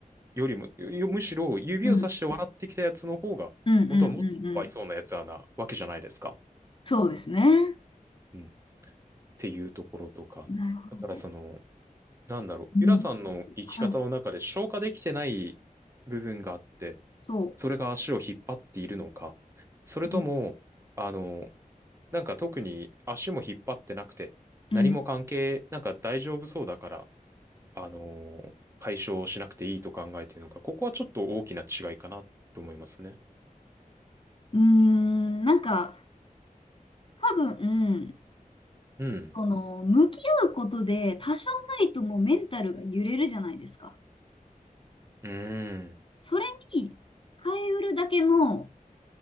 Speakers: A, on the right; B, on the left.
A: よりも、よむしろ指をさして笑ってきたやつの方が、
B: うん。うん。うんうん。
A: 本当はもっとかわいそうなやつはなわけじゃないですか。
B: そうですね。
A: うんっていうところとか。
B: なるほどね。
A: だからその、なんだろう、ゆらさんの生き方の中で消化できてない部分があって、
B: うん。はい。そ
A: それが足を引っ張っているのか、それとも、
B: う。うん。
A: あの、なんか特に足も引っ張ってなくて、
B: うん。
A: 何も関係、なんか大丈夫そうだから、あの、解消しなくていいと考えているのか、ここはちょっと大きな違いかなと思いますね。
B: うーんなんか、多分、
A: うん。
B: この、向き合うことで、多少なりともメンタルが揺れるじゃないですか。
A: うーん。
B: それに、耐えうるだけの